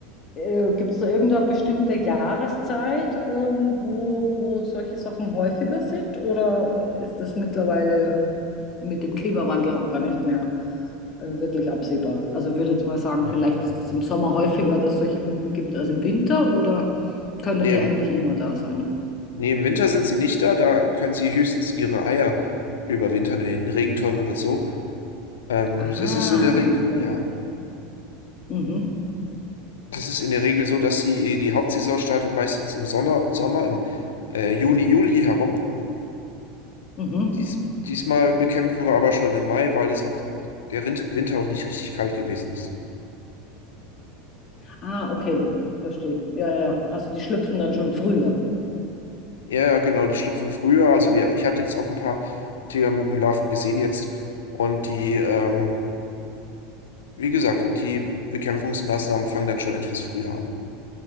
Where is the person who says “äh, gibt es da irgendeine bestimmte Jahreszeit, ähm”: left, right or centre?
Left